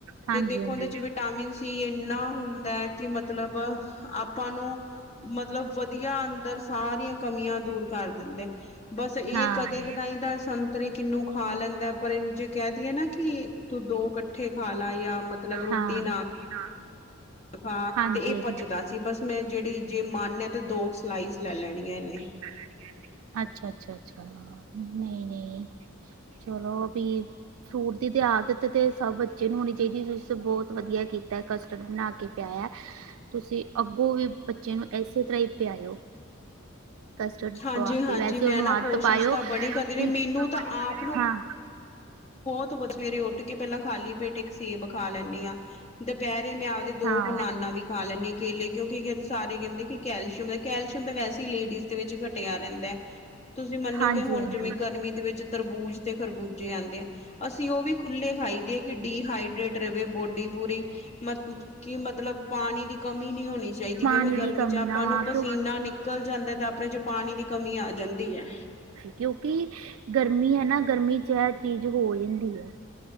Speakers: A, on the right; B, on the left.
A: ਹਾਂਜੀ
B: ਤੇ ਦੇਖੋ ਉਹਦੇ ਚ
A: ਹਾਂਜੀ
B: ਵਿਟਾਮਿਨ ਸੀ ਇੰਨਾ ਹੁੰਦਾ ਏ, ਕਿ ਮਤਲਬ <unintelligible> ਆਪਾਂ ਨੂੰ ਮਤਲਬ ਵਧੀਆ ਅੰਦਰ ਸਾਰੀਆਂ ਕਮੀਆਂ ਦੂਰ ਕਰ ਦਿੰਦੇ, ਬਸ ਇਹ
A: ਹਾਂ
B: ਕਦੇ ਕਦਾ ਹੀ ਤਾਂ ਸੰਤਰੇ ਕਿੰਨੂੰ ਖਾ ਲੈਂਦਾ ਪਰ ਇਹਨੂੰ ਜੇ ਕਹਿ ਦੇਈਏ ਨਾਂ ਕਿ ਕਿ ਤੂੰ ਦੋ ਇਕੱਠੇ ਖਾ ਲਾ ਯਾਂ ਮਤਲਬ ਰੋਟੀ
A: ਹਾਂ
B: ਨਾਂ
A: <unintelligible>
B: ਖਾ
A: ਹਾਂਜੀ
B: ਤੇ ਇਹ ਪਜਦਾ ਸੀ, ਬਸ ਮੈਂ ਜਿਹੜੀ ਜੇ ਮਨ ਹੈ ਤੇ ਦੋ ਸਲਾਈਸ ਲੈ ਲੈਣੀਆਂ ਇਹਨੇਂ।
A: ਲੈ ਲੈਣੀਆਂ ਇਹਨੇਂ। ਅੱਛਾ ਅੱਛਾ, ਅੱਛਾ, ਨਈਂ ਨਈਂ। ਚਲੋ ਵੀ ਫਰੂਟ ਦੀ ਤੇ ਆਦਤ ਤੇ ਸਭ ਬੱਚੇ ਨੂੰ ਹੋਣੀ ਚਾਹੀਦੀ ਏ, ਤੁਸੀ ਤੇ ਬਹੁਤ ਵਧੀਆ ਕੀਤਾ ਕਸਟਰਡ ਬਣਾ ਕੇ ਕੇ ਪਿਆਆ, ਤੁਸੀਂ ਅੱਗੋਂ ਵੀ ਬੱਚੇ ਨੂੰ ਇਸੇ ਤਰ੍ਹਾਂ ਹੀ ਪਿਆਇਓ। ਕਸਟਰਡ
B: ਹਾਂਜੀ
A: ਪਵਾ
B: ਹਾਂਜੀ
A: ਕੇ, ਵੈਸੇ
B: ਮੈਂ
A: ਉਹਨੂੰ
B: ਨਾ
A: ਆਦਤ
B: ਕੋਸ਼ਿਸ਼
A: ਪਾਇਓ
B: ਤਾਂ
A: <unintelligible>
B: ਬੜੀ ਕਰਦੀ ਰ
A: ਕਿ
B: ਮੈਨੂੰ ਤਾਂ ਆਪ ਨੂੰ
A: ਹਾਂ
B: ਬਹੁਤ ਵਧੀ ਸਵੇਰੇ ਉੱਠ ਕੇ ਪਹਿਲਾਂ ਖਾਲੀ ਪੇਟ ਇੱਕ ਸੇਬ ਖਾ ਲੈਂਣੀ ਆਂ, ਦੁਪਹਿਰੇ ਮੈਂ ਆਪਦੇ ਦੋ
A: ਹਾਂ
B: ਬਨਾਨਾਂ ਵੀ ਖਾ ਲੈਂਣੀ ਕੇਲੇ ਕਿਉਂਕਿ ਸਾਰੇ ਕਹਿੰਦੇ ਕਿ ਕੈਲਸ਼ੀਅਮ ਏ, ਕੈਲਸ਼ੀਅਮ ਤਾਂ ਵੈਸੇ ਹੀ ਲੇਡੀਜ਼ ਦੇ ਵਿੱਚ ਘਟਿਆ ਰਹਿੰਦਾ ਐ। ਤੁਸੀ ਮੰਨੋਗੇ
A: ਹਾਂਜੀ
B: ਹੁਨ
A: ਹਾਂਜੀ
B: ਜਿਵੇਂ ਗਰਮੀ ਦੇ ਵਿੱਚ ਤਰਬੂਜ ਤੇ ਖਰਬੂਜ਼ੇ ਆਂਦੇ ਅਸੀ ਓ ਵੀ ਖੁੱਲੇ ਖਾਈ ਦੇ ਐ ਕਿ ਡੀਹਾਈਡਰੇਟ ਰਵੇ ਬੋਡੀ ਪੂਰੀ, ਮਤ ਕਿ ਮਤਲਬ ਪਾਨੀ ਦੀ ਕਮੀ ਨੀਂ ਹੋਨੀ ਚਾਈਦੀ
A: ਪਾਣੀ
B: ਕਿਓਂਕਿ
A: ਦੀ
B: ਗਰਮੀ
A: ਕਮੀ
B: ਚ
A: ਨਾ
B: ਆਪਾਂ ਨੂੰ
A: ਆ
B: ਪਸੀਨਾ
A: ਕਿਉਂ
B: ਨਿਕ ਨਿਕਲ ਜਾਂਦਾ ਤਾ ਆਪਨੇ ਚ ਪਾਨੀ ਦੀ ਕਮੀ ਆ ਜਾਂਦੀ ਐ।
A: ਕਿਓਕਿ ਗਰਮੀ ਹੈਨਾ, ਗਰਮੀ ਚ ਐ ਚੀਜ਼ ਹੋ ਜਾਂਦੀ ਐ।